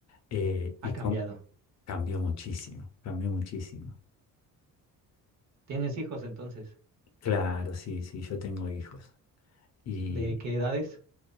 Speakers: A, on the left (about 50°); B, on the right (about 50°).
A: Eh,
B: Ha
A: y
B: cambiado.
A: com- cambió muchísimo, cambió muchísimo.
B: ¿Tienes hijos entonces?
A: Claro, sí, sí, yo tengo hijos. Y,
B: ¿De qué edades?